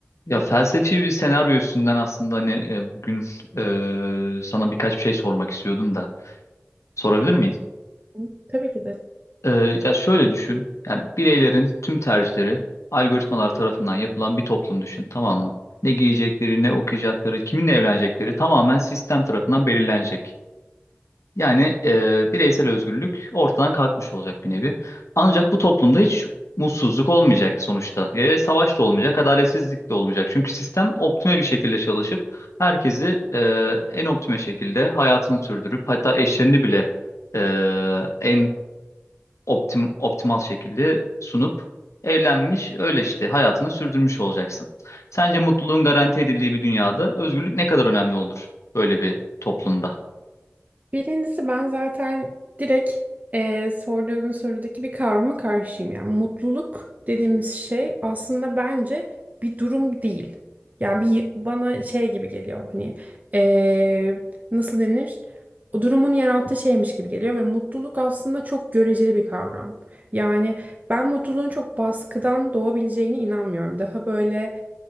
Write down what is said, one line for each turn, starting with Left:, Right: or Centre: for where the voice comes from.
Left: Ya felsefi bir senaryo üstünden aslında hani e, bugün e, sana birkaç bir şey sormak istiyordum da sorabilir miyim?
Right: Hı, Tabii ki de.
Left: E, ya şöyle düşün. Yani bireylerin tüm tercihleri algoritmalar tarafından yapılan bir toplum düşün, tamam mı? Ne giyecekleri, ne okuyacakları, kiminle evlenecekleri tamamen sistem tarafından belirlenecek. Yani e, bireysel özgürlük ortadan kalkmış olacak bir nevi. Ancak bu toplumda hiç mutsuzluk olmayacak sonuçta. Ve savaş da olmayacak, adaletsizlik de olmayacak. Çünkü sistem optime bir şekilde çalışıp herkesi e, en optime şekilde hayatını sürdürüp hatta eşlerini bile e, en optim optimal şekilde sunup evlenmiş öyle işte hayatını sürdürmüş olacaksın. Sence mutluluğun garanti edildiği bir dünyada özgürlük ne kadar önemli olur böyle bir toplumda?
Right: Birincisi ben zaten direkt eee sorduğun sorudaki bir kavrama karşıyım. Yani mutluluk dediğimiz şey aslında bence bir durum değil. Yani bir bana şey gibi geliyor hani eee, nasıl denir? O durumun yarattığı şeymiş gibi geliyor ve mutluluk aslında çok göreceli bir kavram. Yani ben mutluluğun çok baskıdan doğabileceğine inanmıyorum. Daha böyle